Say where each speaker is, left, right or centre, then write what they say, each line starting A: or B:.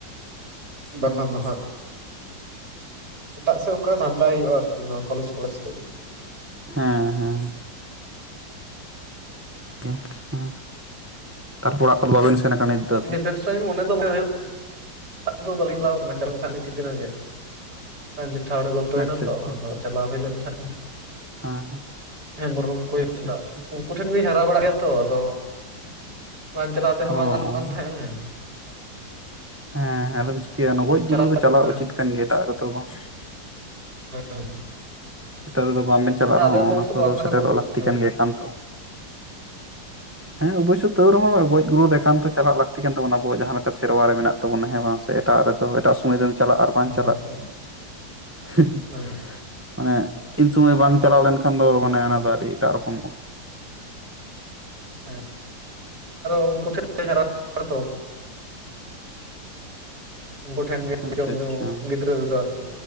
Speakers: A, on the right; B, on the right.
A: ᱦᱮᱸᱵᱟᱠᱷᱟᱱ
B: ᱦᱮᱸ
A: ᱫᱚ ᱦᱟᱸᱜ᱾ ᱮᱴᱟᱜ ᱥᱮᱫ ᱚᱱᱠᱟ ᱫᱷᱟᱱᱫᱟᱭ ᱦᱩᱭᱩᱜ-ᱟ ᱟᱨ ᱠᱤ ᱱᱚᱣᱟ ᱠᱚᱞᱮᱪ ᱠᱚᱞᱮᱪ ᱥᱮᱡ᱾
B: ᱦᱮᱸ ᱦᱮᱸ᱾ ᱜᱮ ᱦᱮᱸ, ᱛᱟᱨᱯᱚᱨ ᱚᱲᱟᱜ ᱠᱚᱫᱚ ᱵᱟᱵᱮᱱ ᱥᱮᱱ ᱟᱠᱟᱱᱟ? ᱫᱚ
A: ᱰᱤᱯᱷᱮᱱᱥ ᱞᱟᱭᱤᱱ ᱢᱚᱱᱮ ᱫᱚᱢᱮ ᱦᱩᱭᱩᱜ ᱲᱟᱜ ᱫᱚ ᱵᱟᱹᱞᱤᱧ ᱪᱟᱞᱟᱣ ᱠᱟᱱᱟ ᱪᱟᱞᱟᱣ ᱞᱤᱧ ᱦᱟᱸᱜ ᱫᱷᱤᱱᱟᱹᱱ ᱜᱮ᱾ ᱡᱮᱴᱷᱟ ‌ᱦᱚᱲᱮ ᱜᱚᱛᱚᱭᱱᱟ
B: ᱟᱪᱪᱷᱟ
A: ᱛᱚ
B: ᱟᱪᱪᱷᱟ
A: ᱟᱫᱚ ᱪᱟᱞᱟᱣ ᱦᱩᱭ ᱞᱮᱱ ᱛᱟᱦᱮᱸᱜ᱾
B: ᱦᱮᱸ
A: ᱦᱮᱸ ᱵᱚᱨᱚᱢ ᱠᱩᱭᱤᱱ
B: ᱟᱪᱪᱷᱟ
A: ᱫᱟᱜ
B: ᱟᱪᱪᱷᱟ
A: ᱩᱸ᱾ ᱩᱱᱠᱩ ᱴᱷᱮᱱ ᱜᱤᱧ ᱦᱟᱨᱟ ᱵᱟᱲᱟᱜ ᱜᱮᱭᱟ ᱛᱚ ᱟᱫᱚ ᱵᱟᱝ ᱪᱟᱞᱟᱣ ᱛᱮᱦᱚᱸ
B: ᱚ
A: ᱵᱟᱝ ᱜᱟᱱᱚᱜᱼᱼ ᱩᱸ᱾
B: ᱦᱮᱸ ᱦᱮᱸ ᱟᱫᱚᱢ ᱪᱤᱠᱟᱹᱭᱟ ᱚᱱᱟ ᱜᱚᱡ ᱜᱩᱨᱩ
A: ᱪᱟᱞᱟᱣ
B: ᱫᱚ
A: ᱦᱩᱭ
B: ᱪᱟᱞᱟᱜ
A: ᱞᱮᱱᱟ
B: ᱩᱪᱤᱛ ᱠᱟᱱ ᱜᱮᱭᱟ ᱮᱴᱟᱜ ᱨᱮᱫᱚ ᱵᱟᱝ᱾
A: ᱦᱮᱸ
B: ᱮᱴᱟᱜ ᱨᱮᱫᱚ ᱵᱟᱝᱵᱤᱱ ᱪᱟᱞᱟᱜ
A: ᱟᱞᱮ
B: ᱨᱮᱦᱚᱸ
A: ᱵᱚᱝᱥᱚ
B: ᱚᱱᱟ ᱠᱚᱨᱮ
A: ᱵᱟᱝ
B: ᱫᱚ
A: ᱠᱟᱱᱟ
B: ᱥᱮᱴᱮᱨᱚᱜ
A: ᱠᱚ ᱚᱵᱚᱥᱥᱳ
B: ᱞᱟᱠᱛᱤ
A: ᱦᱮᱸ
B: ᱠᱟᱱ ᱜᱮᱭᱟ ᱮᱠᱟᱱᱛᱚ᱾ ᱦᱮᱸ ᱚᱵᱚᱥᱥᱭ ᱛᱟᱹᱣ ᱨᱮᱦᱚᱸ ᱜᱚᱡ ᱜᱩᱨ ᱫᱮᱠᱟᱱᱛᱚ ᱪᱟᱞᱟᱣ ᱞᱟᱠᱼᱼ ᱛᱤ ᱠᱟᱱ ᱛᱟᱵᱚ ᱟᱵᱚ ᱣᱟᱜ ᱡᱟᱦᱟᱸ ᱞᱮᱠᱟ ᱥᱮᱨᱣᱟ ᱨᱮ ᱢᱮᱱᱟᱜ ᱛᱟᱵᱚᱱᱟ ᱦᱮᱸ ᱵᱟᱝ ᱥᱮ ᱮᱴᱟᱜ ᱨᱮᱫᱚ ᱮᱴᱟᱜ ᱥᱚᱢᱟᱹᱭ ᱫᱚᱼᱼ ᱪᱟᱞᱟᱜ ᱟᱨ ᱵᱟᱝ ᱪᱟᱞᱟᱜ,
A: ᱱᱤᱛᱚᱜ
B: ᱦᱩᱸ᱾
A: ᱦᱮᱸ
B: ᱢᱟᱱᱮ ᱤᱱ ᱥᱚᱢᱟᱹᱭ ᱵᱟᱝ
A: ᱟᱫᱚ
B: ᱪᱟᱞᱟᱣ ᱞᱮᱱ ᱠᱷᱟᱱ ᱫᱚ
A: ᱦᱚᱸ
B: ᱢᱟᱱᱮ ᱚᱱᱟ ᱫᱚ ᱟᱹᱰᱤ ᱮᱴᱟᱜ ᱨᱚᱠᱚᱢᱚᱜ-ᱟ᱾
A: ᱦᱮᱸ <inaudible> ᱩᱱᱠᱩ <unintelligible> ᱩᱱᱠᱩ ᱴᱷᱮᱱ ᱜᱮ
B: ᱟᱪᱪᱷᱟ
A: ᱡᱚᱢ ᱧᱩ
B: ᱟᱪᱪᱷᱟ
A: ᱜᱤᱫᱽᱨᱟᱹ ᱨᱮᱫᱚ ᱟᱨ ᱠᱤ᱾